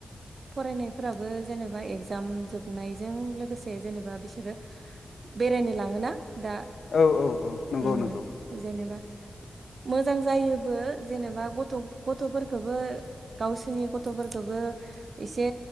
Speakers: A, on the right (about 55°); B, on the left (about 75°).
A: फरायनायफोराबो जेनेबा एगजाम जोबनायजों लोगोसे जेनेबा बिसोरो बेरायनो लाङोना दा
B: औ औ औ नंगौ
A: मम
B: नंगौ
A: जेनेबा मोजां जायोबो जेनेबा गथ' गथ'फोर खोबो गावसोरनि गथ'फोरखौबो एसे